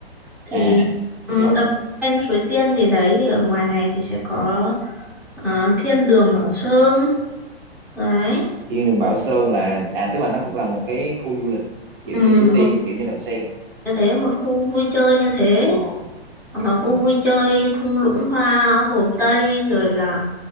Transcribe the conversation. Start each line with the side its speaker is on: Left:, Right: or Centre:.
Centre: Thì
Right: à
Centre: ừ,
Right: đúng rồi
Centre: đập lên suối tiên gì đấy thì ở ngoài này thì sẽ có à, thiên đường Bảo Sơn đấy
Right: Thiên đường Bảo Sơn là à tức là nó cũng là một cái khu du lịch kiểu
Centre: ừ,
Right: như Suối Tiên
Centre: một
Right: kiểu như Đầm Sen
Centre: như thế một khu vui chơi như thế
Right: ồ
Centre: hoặc là khu
Right: ừ
Centre: vui chơi thung lũng hoa Hồ Tây rồi là